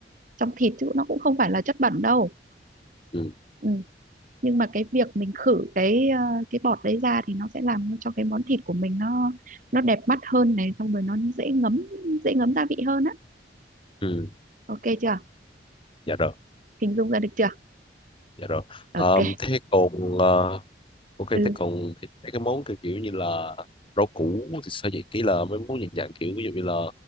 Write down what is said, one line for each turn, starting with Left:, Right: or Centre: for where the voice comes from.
Right: trong thịt chứ nó cũng không phải là chất bẩn đâu
Left: Ừ.
Right: ừ. nhưng mà cái việc mình khử cái ờ, cái bọt đấy ra thì nó sẽ làm cho cái món thịt của mình nó nó đẹp mắt hơn này xong rồi nó dễ ngấm dễ ngấm gia vị hơn á
Left: Ừ.
Right: ok chưa
Left: Dạ rồi.
Right: hình dung ra được chưa
Left: Dạ rồi.
Right: ok
Left: Ờ, thế còn ờ, ok thế
Right: ừ,
Left: còn thì mấy cái món kiểu kiểu như là rau củ thì sao vậy kỹ là mấy món dạng dạng kiểu ví dụ như là